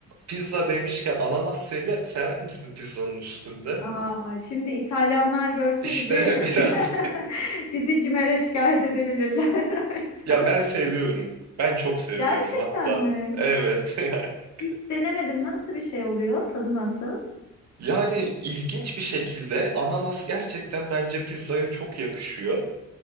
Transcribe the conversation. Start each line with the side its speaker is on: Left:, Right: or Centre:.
Right: Pizza demişken ananas seve- sever misin pizzanın üstünde?
Left: Aa, şimdi İtalyanlar görse
Right: İşte
Left: bizi
Right: <laughs> biraz.
Left: <laughs> bizi CİMER'e şikayet edebilirler. <laughs>
Right: Ya ben seviyorum. Ben çok seviyorum
Left: Gerçekten
Right: hatta.
Left: mi?
Right: Evet. <laughs>
Left: Hiç denemedim. Nasıl bir şey oluyor? Tadı nasıl?
Right: Yani ilginç bir şekilde ananas gerçekten bence pizzaya çok yakışıyor.